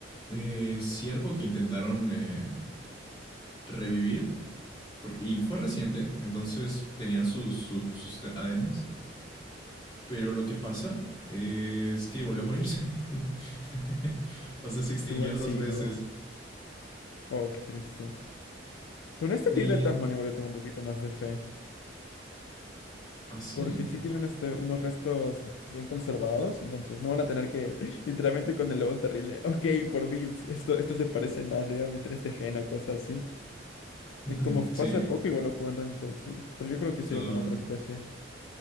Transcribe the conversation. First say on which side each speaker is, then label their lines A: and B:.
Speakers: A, on the left; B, on the left.
A: eh, ciervo que intentaron eh, revivir. Porque, y fue reciente, entonces tenían sus, sus, sus te- ADNs. Pero lo que pasa es que volvió a morirse. <laughs> o sea, se extinguió
B: Igual
A: dos
B: sí,
A: veces.
B: no. Oh, qué triste. Con este
A: Y
B: tigre de Tasmania igual le tengo un poquito más de fe.
A: así.
B: Porque
A: Ah,
B: sí tienen este, unos restos bien conservados, entonces no van a tener que, <laughs> literalmente con el lobo terrible, ok, por Vips, esto, esto se parece más, le voy a meter este gen o cosas así.
A: <laughs>
B: Y como fue
A: sí,
B: hace poco, igual lo pueden reintroducir. Pero yo creo que sería
A: lo,
B: como otra especie.